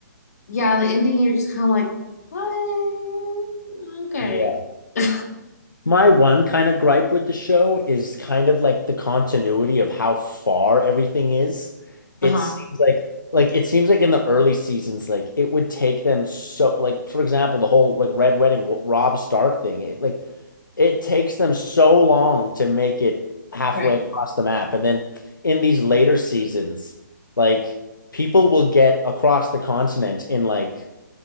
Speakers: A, on the left (about 50°); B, on the left (about 80°).
A: yeah, the ending, you're just kind of like, what? Okay.
B: Yeah.
A: <laughs>
B: My one kind of gripe with the show is kind of like the continuity of how far everything is. It
A: Uh-huh.
B: seems like like it seems like in the early seasons, like it would take them so like for example, the whole like Red Wedding Rob Stark thing, it like it takes them so long to make it halfway
A: Right.
B: across the map. And then in these later seasons, like people will get across the continent in like